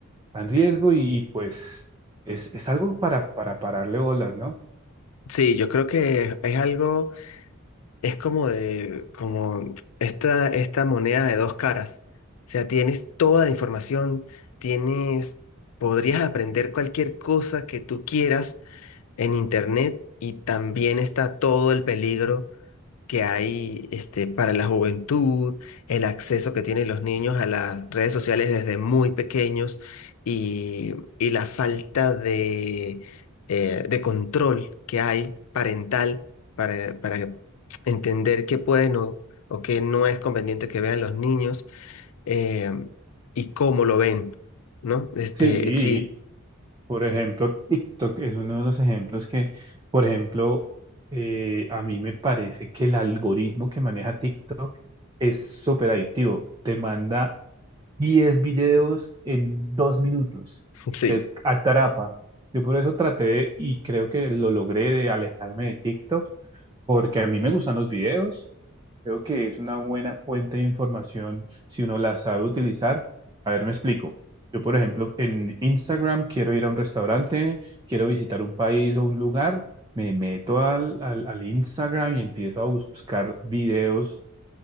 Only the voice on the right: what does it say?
Está en riesgo
y, y, pues es, es algo para, para pararle bolas, ¿no?
Sí,
Por ejemplo, TikTok es uno de los ejemplos que, por ejemplo, eh, a mí me parece que el algoritmo que maneja TikTok es súper adictivo. Te manda 10 videos en dos minutos.
Atrapa. Yo por eso traté de- y creo que lo logré de alejarme de TikTok porque a mí me gustan los videos. Creo que es una buena fuente de información si uno la sabe utilizar. A ver, me explico. Yo, por ejemplo, en Instagram quiero ir a un restaurante, quiero visitar un país o un lugar, me meto al, al, al Instagram y empiezo a buscar videos